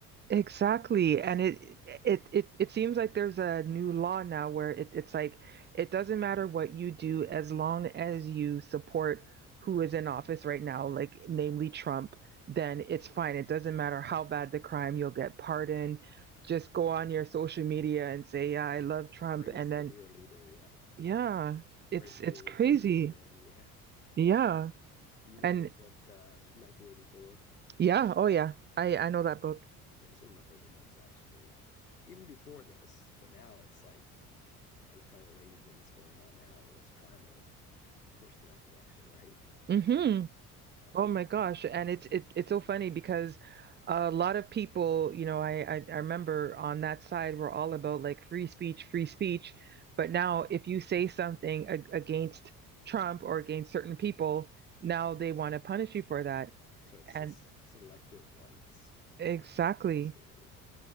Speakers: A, on the right (about 25°); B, on the left (about 85°).
A: Exactly.
B: it's
A: And it it it it seems like there's a new law now where it, it's like it doesn't matter what you do as long as you support who is in office right now, like namely Trump, then it's fine. It doesn't matter how bad the crime, you'll get pardoned. Just go on your social media and say, "Yeah, I love Trump."
B: praise
A: And
B: the
A: then
B: dear leader. Yeah.
A: yeah, it's
B: Praise the
A: it's
B: leader,
A: crazy.
B: kisses ring. Yeah.
A: Yeah.
B: Do you know
A: And
B: the book uh, 1984?
A: yeah, oh yeah. I I know that book.
B: Yeah, that's one of my favorite books, actually. Even before this, but now it's like it's kind of relating to what's going on now or what's trying to push in that direction, right?
A: hmm
B: Yeah,
A: Oh my gosh. And it's it, it's so funny because a lot of people, you know, I, I I remember on that side were all about like free speech, free speech. But now if you say something ag against Trump or against certain people, now they want to punish you
B: right.
A: for that.
B: So it's
A: And
B: just selective rights,
A: exactly,
B: basically.